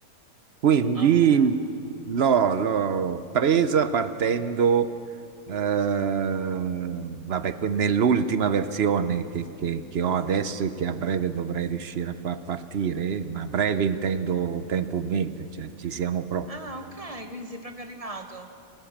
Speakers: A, on the right; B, on the right.
A: Quindi
B: ok.
A: l'ho l'ho presa partendo Ehm, vabbè, que- nell'ultima versione che, che- che ho adesso e che a breve dovrei riuscire a far partire, ma a breve intendo tempo un mese, cioè ci siamo proprio.
B: Ah, ok, quindi sei proprio arrivato.